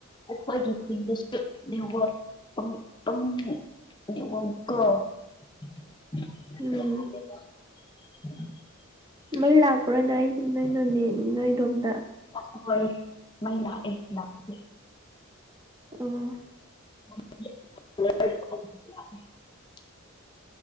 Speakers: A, on the left; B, on the right.
A: ꯑꯩꯈꯣꯏꯒꯤ ꯈꯨꯟꯗꯁꯨ ꯅꯦꯠꯋꯥꯛ <unintelligible> <unintelligible> ꯇꯣ
B: <inaudible>
A: <inaudible>
B: ꯎꯝ ꯃꯩ ꯂꯥꯛꯄ꯭ꯔꯣ ꯅꯣꯏ ꯅꯣꯏ ꯅꯣꯅꯦ ꯅꯣꯏꯔꯣꯝꯗ
A: <unintelligible> ꯃꯩ ꯂꯥꯛꯑꯦ ꯂꯥꯛꯄꯨꯗꯤ
B: ꯎꯨꯝ
A: <unintelligible>